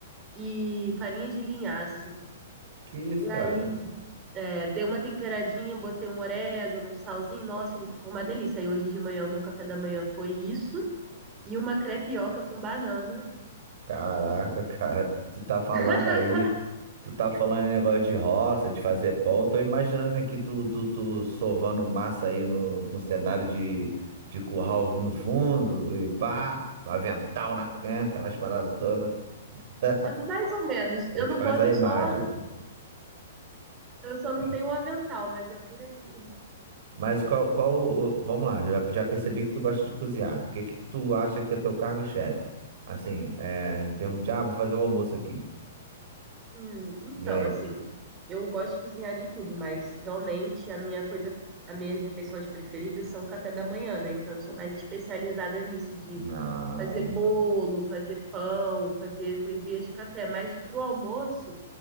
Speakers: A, on the right; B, on the right.
A: e farinha de linhaça.
B: que isso,
A: E
B: cara?
A: aí É, dei uma temperadinha, botei um orégano, um salzinho, nossa, ele ficou uma delícia. E hoje de manhã, o meu café da manhã foi isso, e uma crepioca com banana.
B: Caraca,
A: Nossa.
B: <laughs> cara. Tu tá falando
A: <laughs>
B: aí, tu tá falando em negócio de roça, de fazer pão. Eu tô imaginando aqui tu, tu, tu sovando massa aí no, com cenário de, de curral no fundo e pá, com avental na, né, aquelas paradas todas. <laughs>
A: Mais ou menos.
B: A
A: Eu
B: gente
A: não
B: faz
A: boto
B: a imagem.
A: só o aven- eu só
B: né?
A: não tenho o avental, mas é por aí.
B: Mas qual, qual, o- vamos lá, já, já percebi que tu gosta de cozinhar. O que que tu acha que é teu cargo-chefe? Assim, é, em termos de, ah, vou fazer o almoço aqui.
A: Hum, então,
B: E aí?
A: assim, eu gosto de cozinhar de tudo, mas realmente a minha coisa, as minhas refeições preferidas são o café da manhã, né? Então eu sou mais especializada nisso, de
B: Ah,
A: fazer bolo, fazer pão, fazer coisinhas de café. Mas pro almoço.